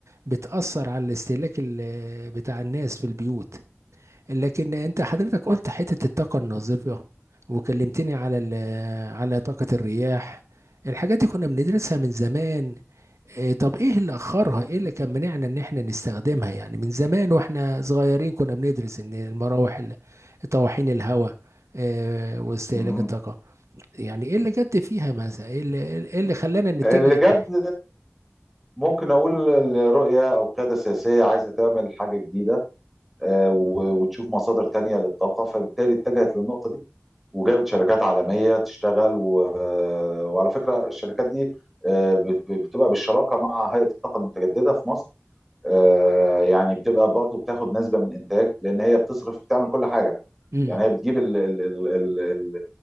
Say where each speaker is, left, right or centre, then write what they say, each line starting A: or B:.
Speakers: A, on the right; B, in the centre.
A: بتأثر على الاستهلاك ال- بتاع الناس في البيوت لكن أنت حضرتك قلت حتة الطاقة النظيفة وكلمتني على ال- على طاقة الرياح الحاجات دي كنا بندرسها من زمان إيه طب ايه اللي اخرها ايه اللي كان منعنا ان احنا نستخدمها يعني من زمان واحنا صغيرين كنا بندرس ان المراوح ال- طواحين الهواء إيه واستهلاك
B: مم.
A: الطاقة يعني ايه اللي جد فيها مثلا ايه اللي ايه اللي خلانا نتجه
B: اللي جد
A: ناحية
B: ممكن اقول الرؤيه او قياده سياسيه عايزه تعمل حاجه جديده وتشوف مصادر تانية للطاقة فبالتالي اتجهت للنقطة دي وجابت شركات عالمية تشتغل و... وعلى فكرة الشركات دي بتبقى بالشراكة مع هيئة الطاقة المتجددة في مصر آه، يعني بتبقى برضو بتاخد نسبة من الإنتاج لأن هي بتصرف بتعمل كل حاجة
A: امم
B: يعني هي بتجيب ال ال ال ال ال